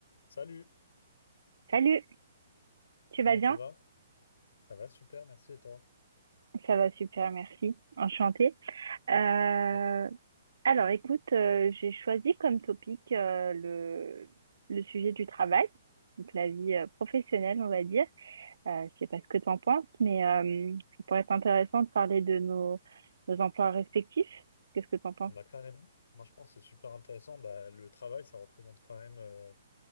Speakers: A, on the left (about 70°); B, on the right (about 90°).
A: Salut,
B: Salut, tu
A: comment
B: vas bien?
A: tu vas? Ça va, super, merci et toi?
B: Ça va super, merci. Enchantée. Euh,
A: Ok.
B: alors, écoute, euh, j'ai choisi comme topic euh, le, le sujet du travail, donc la vie euh, professionnelle, on va dire. Euh, je sais pas ce que tu en penses, mais euh, ça pourrait être intéressant de parler de nos, nos emplois respectifs. Qu'est-ce que tu en penses?
A: Ah Bah, carrément, moi je pense que c'est super intéressant. Bah, le travail, ça représente quand même, euh,